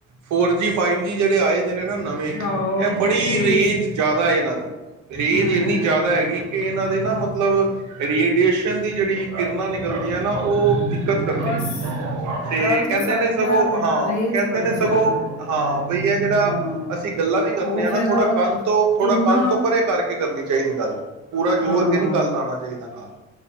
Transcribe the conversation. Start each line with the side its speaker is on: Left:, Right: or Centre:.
Right: four G five G ਜਿਹੜੇ ਆਏ ਨੇ ਨਾ ਨਵੇਂ
Left: ਆਹੋ
Right: ਇਹ ਬੜੀ
Left: ਉਹ ਤੇਜ਼
Right: ਰੇਂਜ ਜ਼ਿਆਦਾ ਇਹਨਾਂ ਦੀ ਰੇਂਜ
Left: ਹੂੰ।
Right: ਇੰਨੀ ਜ਼ਿਆਦਾ ਹੈਗੀ ਕਿ ਇਹਨਾਂ ਦੀ <unintelligible> ਰੀਏਡੀਏਸ਼ਨ ਦੀ ਕਿਰਨਾਂ ਨਿਕਲਦੀਆਂ ਨਾ ਉਹ ਦਿੱਕਤ
Left: ਹਾਂ
Right: ਕਰਦੀ
Left: ਬਸ
Right: ਹੈ ਤੇ
Left: ਗੱਲ
Right: ਕਹਿੰਦੇ
Left: ਸਾਰੀ
Right: ਨੇ ਸਗੋਂ
Left: ਐਵੇ
Right: ਹਾਂ
Left: ਨਾ ਰੇਂਜ
Right: ਕਹਿੰਦੇ
Left: ਬੜੀ
Right: ਨੇ ਸਗੋਂ
Left: ਜ਼ਿਆਦਾ ਵੇ।
Right: ਹਾਂ ਬਈ ਇਹ ਜਿਹੜਾ
Left: ਹਾਂ
Right: ਅਸੀਂ ਗੱਲਾਂ ਵੀ ਕਰਨੇ
Left: ਉਹ
Right: ਆ ਨਾ
Left: ਫੇਰ
Right: ਥੋੜਾ ਕੰਧ ਤੋਂ ਥੋੜਾ
Left: ਇੰਨਾ
Right: ਕੰਧ ਤੋਂ ਭਰੇ ਕਰਕੇ ਕਰਨੀ ਚਾਹੀਦੀ ਗੱਲ ਪੂਰਾ ਜ਼ੋਰ
Left: ਹਾਂ
Right: ਕੇ ਨੀ <unintelligible> ਆਉਣਾ ਚਾਹੀਦਾ ਨਾਲ